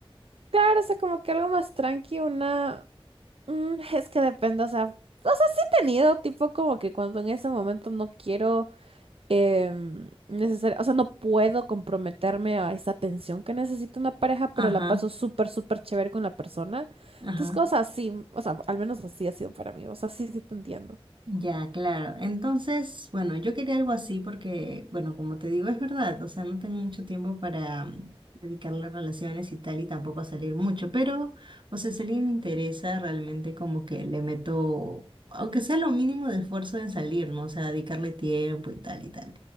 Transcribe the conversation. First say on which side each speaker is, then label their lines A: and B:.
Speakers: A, on the right; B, on the right.
A: Claro, o sea, como que algo más tranqui, una... mm, es que depende, o sea, o sea, sí he tenido, tipo, como que cuando en ese momento no quiero... em, necesaria, o sea, no puedo comprometerme a esa atención que necesita una pareja,
B: Ajá,
A: pero la paso súper, súper chévere con la persona.
B: ajá.
A: Entonces, cosas así, o sea, al menos así ha sido para mí, o sea, sí, sí te entiendo.
B: Ya, claro. Entonces, bueno, yo quería algo así porque, bueno, como te digo, es verdad, o sea, no tengo mucho tiempo para mm, dedicarle a relaciones y tal y tampoco a salir mucho, pero, o sea, si alguien me interesa, realmente como que le meto, aunque sea lo mínimo de esfuerzo en salir, ¿no? O sea, dedicarle tiempo y tal y tal.